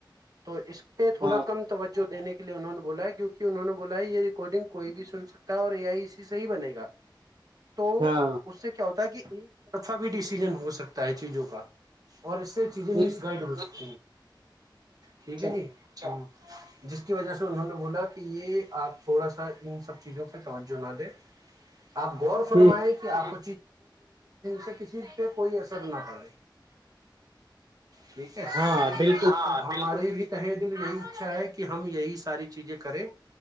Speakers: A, on the right; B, on the right.
A: تو اس <unintelligible> پہ تھوڑا
B: ہاں
A: کم توجہ دینے کے <unintelligible> ل نان <unintelligible> بولا کیونکہ انہوں نے بولا یہ ریکارڈنگ کوئی بھی سن سکتا ہے اور یہ آئی اسی صحی بنے گا تو
B: ہاں
A: اس سے کیا ہوتا ہے کہ ایک طرفہ بھی ڈیسیزن ہو سکتا ہے چیزوں کا اور اس سے چیزیں
B: ہوں،
A: مس گائڈ ہو <unintelligible> <inaudible>
B: اچھا
A: ٹھیک ہے جی چل جس کی وجہ سے انہوں نے بولا کہ یہ آپ تھوڑا سا ان سب چیزوں پہ توجہ نہ دیں آپ غور فرمائیں
B: ہوں،
A: کہ آپ سے کسی پہ کوئی اثر نہ پڑے ٹھیک ہے
B: ہاں بالکل
A: ہماری بھی تہ دل یہی اچھا ہے کہ ہم یہی سے ساری چیزیں کریں